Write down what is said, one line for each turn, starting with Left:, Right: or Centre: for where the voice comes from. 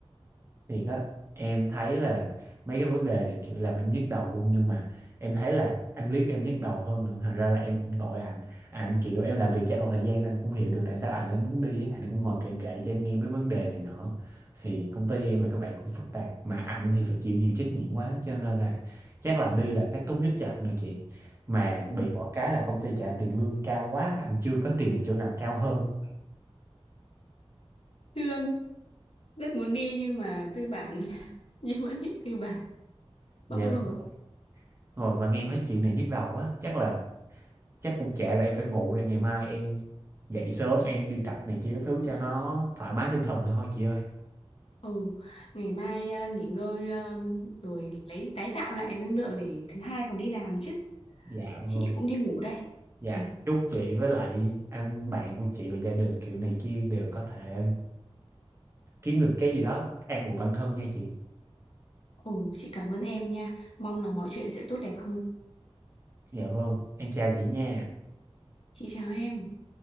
Right: thì á em thấy là mấy cái vấn đề này kiểu làm em nhức đầu luôn nhưng mà em thấy là anh liếc em nhức đầu hơn nữa thành ra là em cũng tội anh anh kiểu em làm việc cho anh một thời gian sao em cũng hiểu được tại sao anh lại muốn đi á. anh cũng ngồi kể kể cho em nghe mấy vấn đề này nọ thì công ty em và các bạn cũng phức tạp mà anh thì phải chịu nhiều trách nhiệm quá cho nên là chắc là đi là cái tốt nhất cho anh rồi chị mà
Left: ừ.
Right: bị mỗi cái là công ty trả tiền lương cao quá anh chưa có tìm được chỗ nào cao hơn
Left: thương rất muốn đi nhưng mà tư bản <laughs> như vẫn bị tư bản
Right: dạ
Left: bóc lột
Right: đúng rồi Ngồi mà nghe mấy chuyện này nhức đầu quá chắc là chắc cũng trễ rồi em phải ngủ đây ngày mai em dậy sớm em đi tập này kia thứ cho nó thoải mái tinh thần nữa thôi chị ơi
Left: Ừ, ngày mai ờ, nghỉ ngơi ờ, rồi lấy tái tạo lại năng lượng để thứ hai còn đi làm chứ.
Right: dạ vâng
Left: Chị cũng đi ngủ đây.
Right: dạ
Left: Ừ,
Right: chúc chị với lại anh bạn của chị và gia đình kiểu này kia đều có thể kiếm được cái gì đó an ủi bản thân nha chị
Left: ừ, chị cảm ơn em nha. Mong là mọi chuyện sẽ tốt đẹp hơn.
Right: dạ vâng em chào chị nha
Left: Chị chào em.